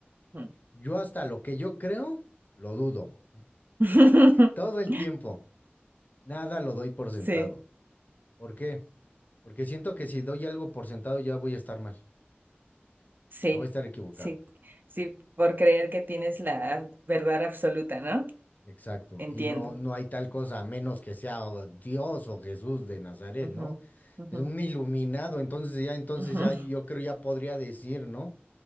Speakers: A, on the right; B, on the left.
A: Ujú.
B: Yo hasta lo que yo creo, lo dudo.
A: <laughs>
B: Todo el tiempo. Nada lo doy por sentado.
A: Sí,
B: ¿Por qué? Porque siento que si doy algo por sentado ya voy a estar mal.
A: sí,
B: Ya voy a estar equivocado.
A: sí, sí, por creer que tienes la verdad absoluta, ¿no?
B: Exacto.
A: Entiendo.
B: Y no, no hay tal cosa a menos que sea o Dios o Jesús de Nazaret,
A: Ujú,
B: ¿no?
A: ujú,
B: Un iluminado. Entonces ya, entonces
A: ujú.
B: ya
A: <laughs>
B: yo creo ya podría decir, ¿no?